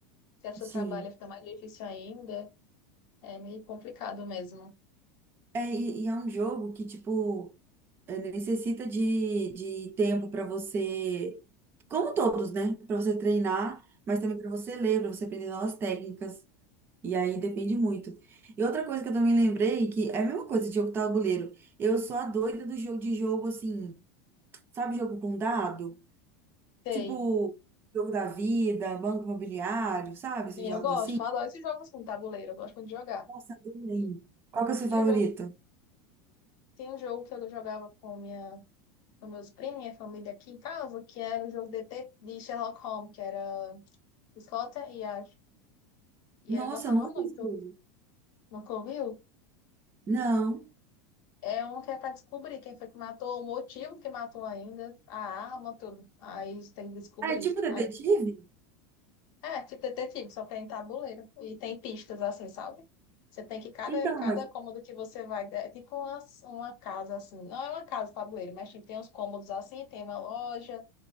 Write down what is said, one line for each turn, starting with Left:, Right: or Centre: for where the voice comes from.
Left: Se a pessoa
Right: sim.
Left: trabalha, fica mais difícil ainda. É meio complicado mesmo.
Right: É, e, e é um jogo que, tipo, é, necessita de, de tempo pra você, como todos, né? Pra você treinar, mas também pra você ler, pra você aprender novas técnicas. E aí depende muito. E outra coisa que eu também lembrei, que é a mesma coisa de jogo tabuleiro. Eu sou a doida do jogo de jogo, assim, sabe, jogo com dado?
Left: Sei.
Right: Tipo, jogo da vida, banco imobiliário, sabe? Esses
Left: E
Right: jogos
Left: eu gosto,
Right: assim.
Left: eu adoro esses jogos assim, tabuleiro, eu gosto muito de jogar.
Right: Nossa, adorei.
Left: E
Right: Qual que é o seu
Left: tinha
Right: favorito?
Left: jogo, tinha um jogo que eu jogava com minha dos meus primos, minha família aqui em casa, que era o jogo de, te- de Sherlock Holmes, que era Scott e Ash. E
Right: Nossa,
Left: ele gostava
Right: eu nunca
Left: muito.
Right: vi esse jogo.
Left: Nunca ouviu?
Right: Não.
Left: É um que é pra descobrir quem foi que matou, o motivo que matou ainda, a arma, tudo. Aí tem que descobrir.
Right: Ah, é tipo detetive?
Left: Aí, é, tipo detetive, só que é em tabuleiro. E tem pistas assim, sabe? Você tem que, cada,
Right: Então,
Left: cada
Right: mas.
Left: cômodo que você vai, é tipo uma, uma casa assim. Não é uma casa, tabuleiro, mas tipo, tem uns cômodos assim, tem uma loja.